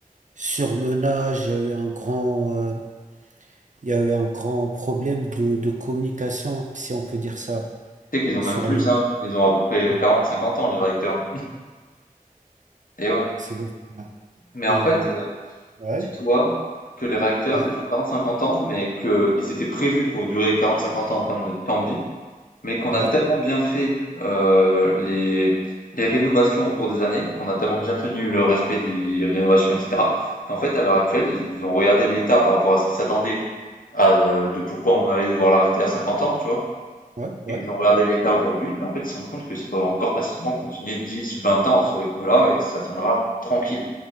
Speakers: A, on the right (about 55°); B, on the left (about 70°).
A: surmenage, il y a eu un grand euh, il y a eu un grand problème de, de communication, si on peut dire ça,
B: Tu sais qu'ils ont
A: sur
B: même plus,
A: le...
B: hein. Ils ont à peu près
A: Ouais,
B: 40-50 ans, les réacteurs. Et ouais.
A: C'est ouf. Ouais.
B: Mais en
A: Et
B: fait,
A: euh, ouais,
B: Dis-toi que les réacteurs,
A: ouais,
B: ils ont 40-50 ans, mais qu'ils étaient prévus pour durer 40-50 ans en termes de temps de vie, mais qu'on a
A: ouais,
B: tellement bien fait euh, les, les rénovations au cours des années, qu'on a tellement bien tenu le respect des rénovations, etc., qu'en fait, à l'heure actuelle, ils ont regardé l'état par rapport à ce qu'ils s'attendaient à, euh, de pourquoi on allait devoir l'arrêter à 50 ans, tu vois.
A: ouais, ouais,
B: Et ils ont regardé l'état aujourd'hui, et en fait, ils se rendent compte que ça peut encore facilement continuer 10, 20 ans à ce rythme-là, et que ça tiendra tranquille.